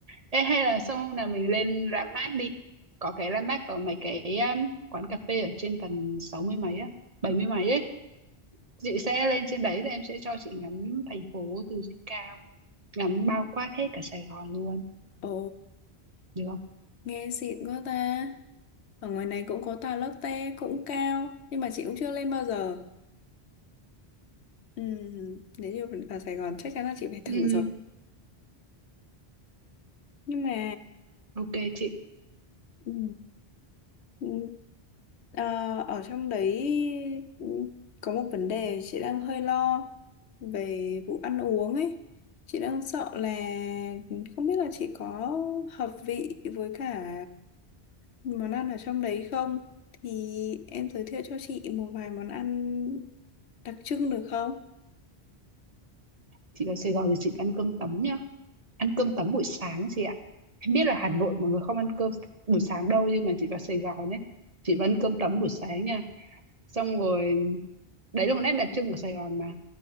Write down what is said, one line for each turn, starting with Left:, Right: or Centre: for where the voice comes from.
Right: Ê, hay là xong hôm nào mình lên ra mát đi có cái ra mát có mấy cái um, quán cà phê ở trên tầng 60 mấy á 70 mấy ấy chị sẽ lên trên đấy rồi em sẽ cho chị ngắm thành phố từ trên cao ngắm bao quát hết cả Sài Gòn luôn
Left: Ồ,
Right: được không
Left: nghe xịn quá ta. Ở ngoài này cũng có tòa Lotte cũng cao, nhưng mà chị cũng chưa lên bao giờ. Ừ, nếu như vào Sài Gòn chắc chắn là chị phải thử
Right: Ừ,
Left: rồi. Nhưng mà
Right: ok chị
Left: ừ, ừ, Ờ, ở trong đấy ừ, có một vấn đề chị đang hơi lo về vụ ăn uống ấy. Chị đang sợ là không biết là chị có hợp vị với cả món ăn ở trong đấy không? Thì em giới thiệu cho chị một vài món ăn đặc trưng được không?
Right: chị vào Sài Gòn thì chị ăn cơm tấm nhá ăn cơm tấm buổi sáng chị ạ em biết là Hà Nội mọi người không ăn cơm buổi sáng đâu nhưng mà chị vào Sài Gòn ấy chị vẫn cơm tấm buổi sáng nha xong rồi đấy là một nét đặc trưng của Sài Gòn mà